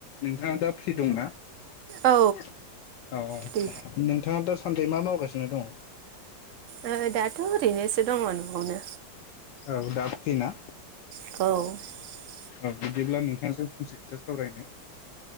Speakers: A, on the left; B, on the right.
A: नोंथाङा दा फ्रि दंना
B: औ
A: औ औ
B: फ्रि
A: नोंथाङा दासान्दि मा मावगासिनो दङ?
B: ओ दाथ' ओरैनोसो दङ न'आवनो
A: औ दा फ्रि ना।
B: औ
A: औ बिदिब्ला नोंथांजों फंसे खोथा सावरायनो